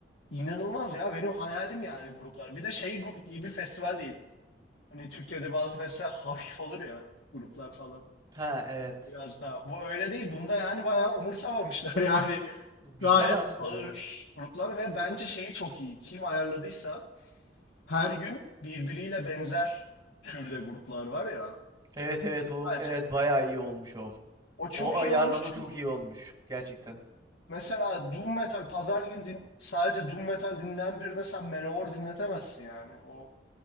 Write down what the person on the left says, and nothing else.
İnanılmaz ya benim hayalim yani gruplar. Bir de şey gru- gibi bir festival değil. Hani Türkiye'de bazı festival <laughs> hafif olur ya gruplar falan
biraz daha. Bu öyle değil. Bunda yani bayağı umursamamışlar <laughs> yani.
Gayet
ağır
gruplar ve bence şeyi çok iyi. Kim ayarladıysa her gün birbiriyle benzer türde gruplar var ya.
Bence
o çok
iyi olmuş çünkü
mesela Doom Metal pazar günü din- sadece Doom Metal dinleyen birine sen Manowar dinletemezsin yani. O